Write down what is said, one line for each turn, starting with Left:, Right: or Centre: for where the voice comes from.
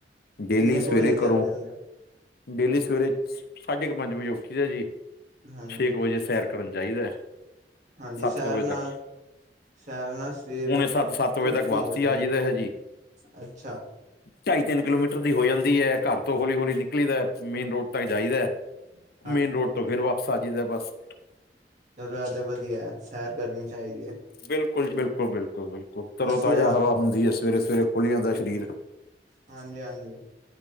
Left: ਡੇਲੀ
Right: ਕਿੰਨੇ
Left: ਸਵੇਰੇ
Right: ਕੁ ਵਜੇ
Left: ਕਰੋ
Right: ਚਲੇ ਜਾਂਨੇ ੳ।
Left: ਡੇਲੀ ਸਵੇਰੇ ਸਾਢੇ ਕੁ ਪੰਜ ਵਜੇ ੳਠੀ ਦਾ ਜੀ।
Right: ਹਾਂਜੀ,
Left: ਛੇ ਕੁ ਵਜੇ ਸੈਰ ਕਰਨ ਜਾਈਦਾ।
Right: ਹਾਂਜੀ
Left: ਸੱਤ
Right: ਸੈਰ
Left: ਕੁ ਵਜੇ
Right: ਨਾਲ
Left: ਤੱਕ
Right: ਸੈਰ ਨਾਲ ਸਰੀਰ
Left: ਪੌਣੇ ਸੱਤ ਸੱਤ
Right: ਚੁਸਤ
Left: ਵਜੇ ਤੱਕ ਵਾਪਸੀ
Right: ਨਿਕਲ ਜਾਂਦਾ
Left: ਆ ਜਾਈਦਾ ਹੈ ਜੀ
Right: ਅੱਛਾ।
Left: ਢਾਈ ਤਿੰਨ ਕਿਲੋਮੀਟਰ ਦੀ ਹੋ ਜਾਂਦੀ ਏ ਘਰ ਤੋਂ ਹੌਲੀ ਹੌਲੀ ਨਿਕਲੀ ਦਾ ਮੇਨ ਰੋਡ ਤੱਕ ਜਾਈਦਾ।
Right: ਹਮ <inaudible>
Left: ਮੇਨ ਰੋਡ ਤੋਂ ਫ਼ੇਰ ਵਾਪਸ ਆ ਜਾਈਦਾ ਬਸ।
Right: ਚਲੋ ਇਹ ਤੇ ਵਧੀਆ ਸੈਰ ਕਰਨੀ ਚਾਹੀਦੀ ਹੈ।
Left: ਬਿਲਕੁਲ ਜੀ ਬਿਲਕੁਲ ਬਿਲਕੁਲ ਬਿਲਕੁਲ ਤਰੋ
Right: ਅਸੀਂ
Left: ਤਾਜ਼ਾ
Right: ਆਪ
Left: ਹਵਾ ਹੁੰਦੀ ਹੈ ਸਵੇਰੇ ਸਵੇਰੇ ਖੁਲ੍ਹ ਜਾਂਦਾ ਸ਼ਰੀਰ।
Right: ਹਾਂਜੀ ਹਾਂਜੀ